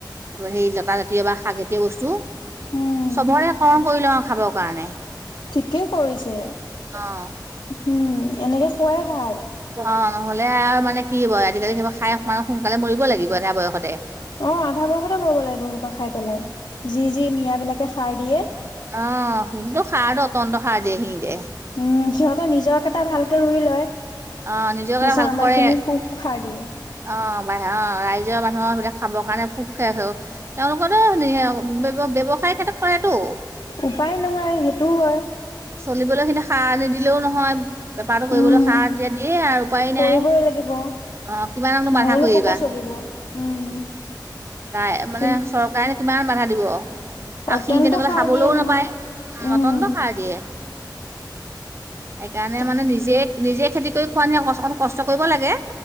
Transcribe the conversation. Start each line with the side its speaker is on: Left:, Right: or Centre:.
Right: হেৰি লতা জাতীয় বা শাক জাতীয় বস্তু।
Left: উম।
Right: চবৰে কৰণ কৰি লওঁ খাবৰ কাৰণে
Left: ঠিকেই কৰিছে
Right: আহ
Left: উম এনেকে খুৱাই ভাল
Right: অ নহলে আৰু মানে কি হ আজিকালি সাৰ খাই মাৰিব লাগিব সোনকালে মৰিব লাগিব এধা বয়সতে
Left: অ আধা বয়সয়তে মৰিব লাগিব এই সোপা খাই পেলাই যি যি মিঞাবিলাকে সাৰ দিয়ে
Right: অ কিনটোটো সাৰো অতন্ত সাৰ দিয়ে সি দে
Left: উম সিহঁত নিজক কেটা ভালকে ৰুই লয় তাৰিছত
Right: অ নিজৰ কাৰণে ভালকৈ
Left: আমাৰ
Right: কৰে
Left: খিনি খুব খাৰ দিয়ে
Right: অ', বা অ', ৰাইজৰ মানুহৰ সেইবিলাক খাবৰ কাৰণে খুব খেও তেওঁলোকৰো ব ব্যৱসায়ৰ ক্ষেত্ৰত কৰেতটো
Left: উপায় নহয় সেইটোও হয়
Right: চলিবলৈ সিনি সাৰ নিদিলেও নহয় বেপাৰটো কৰিবলৈ
Left: উম।
Right: সাৰ দিয়া দিয়ে আৰু উপায়
Left: কৰিবই
Right: নাই
Left: লাগিব
Right: অ কিমানকনো
Left: নহলেনো
Right: বাধা কৰিবা।
Left: ক' পৰা চলিব উম
Right: কাই মানে
Left: কি
Right: চৰকাৰেনো কিমান বাধা দিব আও
Left: অত্যন্ত
Right: সি তেনেকলে
Left: সাৰ
Right: খাবলৈ
Left: দিয়ে নহয়
Right: নাপায়
Left: উম
Right: মটনটো সাৰ দিয়ে সেইকাৰণে
Left: তাক
Right: মানে নিজে নিজে খেতি কৰি খোৱা নিছিনা কষ্ট কন কষ্ট কৰিব লাগে